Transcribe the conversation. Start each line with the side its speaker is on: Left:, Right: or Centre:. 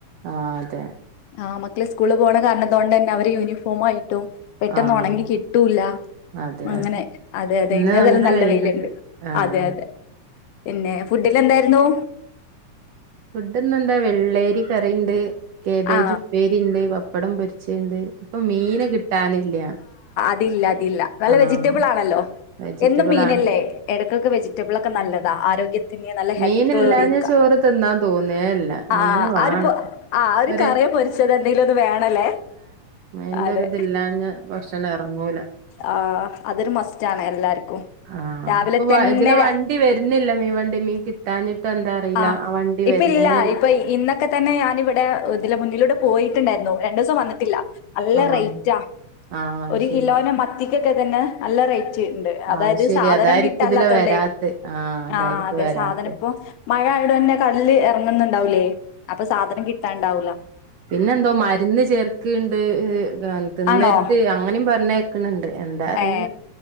Right: ആഹ് അതെ
Left: ആ മക്കള് സ്കൂള് പോണ കാരണ കൊണ്ട് തന്നെ അവര് യൂണിഫോം മായിട്ടും പെട്ടെന്ന്
Right: ആഹ്
Left: ഉണങ്ങി കിട്ടൂല്ല
Right: അതെ
Left: അങ്ങനെ
Right: അതെ
Left: അതെ അതെ
Right: ഇന്ന്
Left: ഇന്നതെല് നല്ല
Right: വെയിലുണ്ട്
Left: വെയില്ണ്ട്
Right: ആഹ്
Left: അതെ അതെ പിന്നെ ഫുഡിന് എന്തായിര്ന്നു
Right: ഫുഡ്ന്ന എന്താ വെള്ളേരി കറിണ്ട് കേബേജ്
Left: ആ
Right: ഉപ്പേരി ണ്ട് പപ്പടം പൊരിച്ച ഇണ്ട് ഇപ്പ മീന് കിട്ടാനില്ല
Left: ഇല്ല അതില്ല അതില്ല നല്ല
Right: ആഹ്
Left: വെജിറ്റബിള് ആണല്ലോ
Right: വെജിറ്റബിൾ
Left: എന്നും മീനല്ലേ
Right: ആണ്
Left: എടക്കൊക്കെ വെജിറ്റബിളൊക്കെ നല്ലതാ ആരോഗ്യം ന്നെ നല്ല ഹെൽത്തോടിക്ക
Right: മീനില്ലാഞ്ഞ ചോറ് തിന്നാൻ തോന്നേല്ല
Left: ആ
Right: മീന് വാണം
Left: അവരിപ്പോ ആ ഒര്
Right: ഒരു
Left: കറിയെ പൊരിച്ചത് എന്തെലും ഒന്ന് വേണല്ലേ
Right: അയിന്റെ
Left: അതെ
Right: ഒരിതില്ലാഞ്ഞാ ഭക്ഷണം ഇറങ്ങൂല
Left: ആ അതൊരു മസ്റ്റാണ് എല്ലാർക്കും
Right: ആഹ്
Left: രാവിലെ
Right: ഇപ്പൊ
Left: തന്നെ
Right: ഇതിലെ വണ്ടി വര്ന്നില്ല മീൻ വണ്ടി മീൻ കിട്ടാഞ്ഞിട്ട് എന്താ അറിയില്ല
Left: ആ
Right: വണ്ടി
Left: ഇപ്പ
Right: വരുന്നേല്ല
Left: ഇല്ല ഇപ്പ ഈ ഇന്നക്കെ തന്നെ ഞാനിവിടെ ഇതില മുന്നിലൂടെ പോയിട്ട്ണ്ടായിര്ന്നു രണ്ടു ദിവസം വന്നിട്ടില്ല നല്ല
Right: ആഹ്
Left: റേറ്റാ
Right: ആഹ് അത്
Left: ഒരു
Right: ശരി
Left: കിലോനെ മത്തിക്കൊക്കെ തന്നെ നല്ല റേ ണ്ട് അതാത്
Right: ആഹ് ശരി
Left: സാധനം
Right: അതായിരിക്കും
Left: കിട്ടല്ലാത്തോണ്ടേ
Right: ഇതിലെ വരാത്തെ അതായിരിക്കും
Left: ആഹ് അതെ
Right: വരാത്തെ
Left: സാധനം ഇപ്പം മഴ ആയ്കൊണ്ട് കടല്ല് ഇറങ്ങ്ന്ന്ണ്ടാവൂലേ അപ്പൊ സാധനം കിട്ടാൻണ്ടാവൂല
Right: പിന്നെ എന്തോ മരുന്ന് ചേർക്ക്ണ്ട് തിന്നേരത്
Left: ആണോ
Right: അങ്ങനേം പറ ക്ക്ണ് ണ്ട് എന്താ അറിയില്ല
Left: ഏ